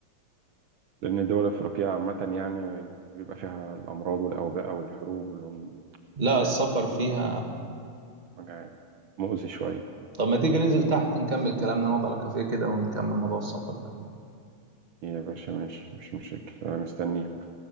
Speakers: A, on the right (about 80°); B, on the right (about 15°).
A: لأن الدول الأفريقية عامة يعني بيبقى فيها الأمراض والأوباء والحروب والعم
B: لا
A: أنت فاهم
B: السفر فيها
A: مجاعات مؤذي شوية
B: طب ما تيجي ننزل تحت نكمل كلامنا نقعد على كافيه كده ونكمل موضوع السفر ده
A: يا باشا ماشي مش مشاكل أنا مستنيك